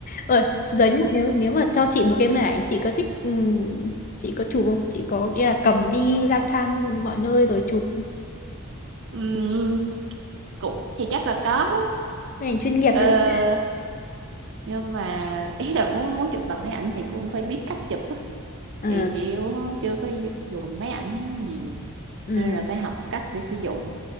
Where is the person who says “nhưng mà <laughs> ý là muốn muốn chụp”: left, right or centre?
Right